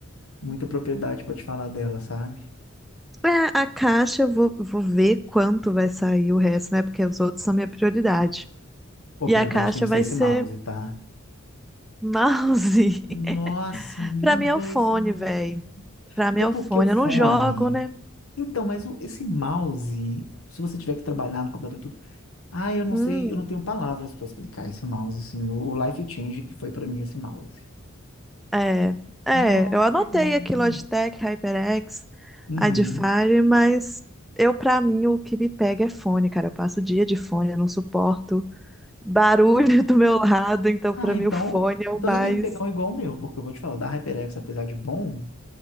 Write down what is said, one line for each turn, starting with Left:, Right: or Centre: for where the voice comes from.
Left: muita propriedade para te falar dela, sabe?
Centre: É, a caixa eu vou, vou ver quanto vai sair o resto, né? Porque os outros são minha prioridade.
Left: Pô,
Centre: E
Left: prioridade
Centre: a caixa
Left: tem que
Centre: vai
Left: ser esse
Centre: ser
Left: mouse, tá?
Centre: mouse. <laughs>
Left: Nossa, amiga,
Centre: Pra mim é o fone,
Left: esse mouse.
Centre: velho. Pra mim
Left: É
Centre: é
Left: porque
Centre: o fone.
Left: o fone.
Centre: Eu não jogo, né?
Left: Então, mas o- esse mouse, se você tiver que trabalhar no computador e tudo. Ah, eu não
Centre: Hum,
Left: sei, eu não tenho palavras para explicar esse mouse, assim, o life change que foi para mim esse mouse.
Centre: é. É,
Left: Nossa,
Centre: eu anotei
Left: ele é muito.
Centre: aqui Logitech, HyperX,
Left: Uhum.
Centre: Adfire, mas eu, pra mim, o que me pega é fone, cara. Eu passo o dia de fone, eu não suporto barulho <laughs> do meu lado, então
Left: Ah,
Centre: pra
Left: então,
Centre: mim o fone é
Left: então
Centre: o mais.
Left: você tem que pegar um igual o meu, porque eu vou te falar, o da HyperX, apesar de bom,